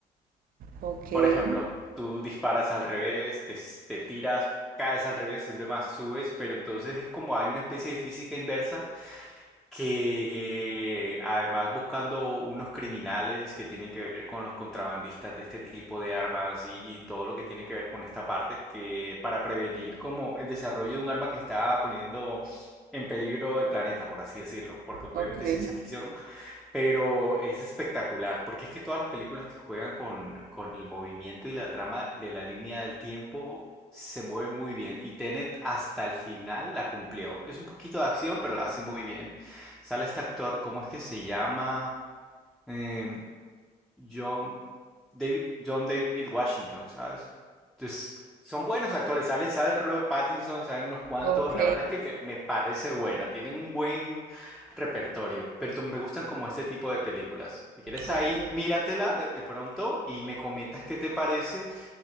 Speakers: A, on the right (about 65°); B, in the centre.
A: ok,
B: Por ejemplo, tú disparas al revés, te, te tiras, caes al revés y demás subes, pero entonces es como hay una especie de física inversa que eh, además buscando unos criminales que tienen que ver con los contrabandistas de este tipo de armas y, y todo lo que tiene que ver con esta parte, que para prevenir como el desarrollo de un arma que está poniendo en peligro el planeta, por así decirlo, porque
A: ok,
B: obviamente es ciencia ficción, pero es espectacular, porque es que todas las películas que juegan con, con el movimiento y la trama de la línea del tiempo se mueven muy bien. Y Tenet hasta el final la cumplió. Es un poquito de acción, pero la hace muy bien. Sale este actor, ¿cómo es que se llama? Em, John David, John David Washington, ¿sabes? Entonces, son buenos actores, sale, sale Robert Pattinson, salen unos cuantos,
A: ok,
B: la verdad es que me, me parece buena, tienen un buen repertorio, pero to- me gustan como este tipo de películas. Si quieres
A: ok,
B: ahí, míratela de de pronto y me comentas qué te parece